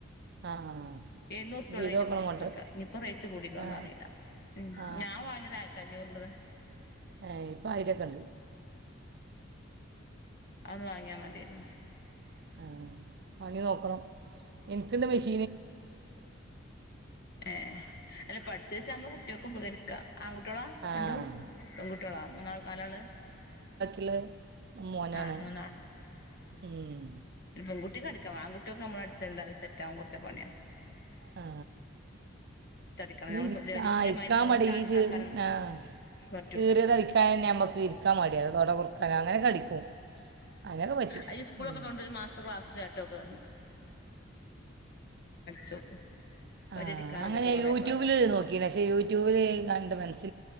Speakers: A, on the right (about 55°); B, on the left (about 55°).
A: ആ ആ.
B: എഴുന്നൂറുപ്പ്യള്ളതിന്റെ
A: ചെയ്ത് നോക്കണം
B: മോട്ടറിനൊക്കെ
A: മോട്ടർ
B: ഇനിയിപ്പോ റേറ്റ് കൂടിക്കണന്നറിയില്ല
A: ആ
B: ഉം
A: ആ
B: ഞാൻ വാങ്ങിയത് ആയിരത്തഞ്ഞൂറിന്റതാ.
A: എ ഇപ്പ ആയിരൊക്കെണ്ട്.
B: അത് വാങ്ങിയാ മത്യാര്ന്നു.
A: ആഹ് വാങ്ങി നോക്കണം. ഇൻകിന്ന് മിഷ്
B: ഏ അല്ല പഠിച്ചു വെച്ചാ നമ്മളെ കുട്ടികൾക്ക് ഉപകരിക്കും ക ആൺകുട്ടികളാ
A: ആഹ്
B: രണ്ടും പെൺകുട്ടികള മൂന്നാൾ നാലാള്
A: ഇല് മോനാണ്.
B: ആഹ് മൂന്നാള്
A: ഉം
B: പെൺകുട്ടിക്കടിക്കാം ആൺകുട്ടികൾക്ക് നമ്മളടിച്ച എന്താലും സെറ്റാവാൻ കുറച്ച് പണിയാ
A: ആ
B: അടിക്കണം നമ്മൾ
A: ഇരിക്കാ
B: ലേഡീസിന്റെ
A: ആ ഇരിക്കാൻ
B: മാതിരി മൂട്ടാനും
A: മടി ഈ കീറി
B: ഇതാക്കാനും
A: ആ
B: പറ്റൂല
A: കീറിയ തയ്ക്കാൻന്നെ നമ്മക്ക് ഇരിക്കാൻ മടിയാ. <unintelligible> അങ്ങനൊക്കെ അടിക്കും അതിനൊക്കെ പറ്റും
B: ആയിസ് കൂളൊക്കെ
A: ഉം
B: ഇല്ലോണ്ട് ഒര് മാസം ക്ലാസ്സ്‌ കേട്ടോക്ക് <unintelligible>
A: ആ
B: ഒരടിക്കാനും
A: അങ്ങനെ
B: ഇതൊക്കെ കൊറേ
A: യൂട്യൂബില്
B: പറയും
A: രെ നോക്കിന് ശേ യൂട്യൂബില് ആയു വാൻസ്